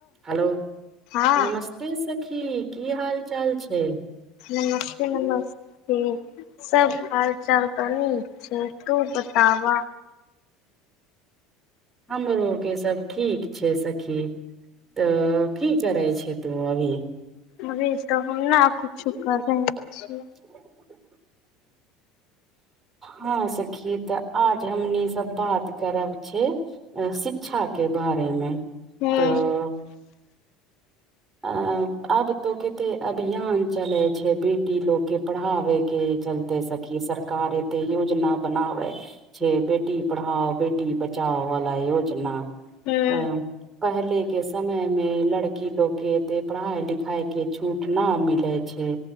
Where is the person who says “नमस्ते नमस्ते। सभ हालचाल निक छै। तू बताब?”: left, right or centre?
Left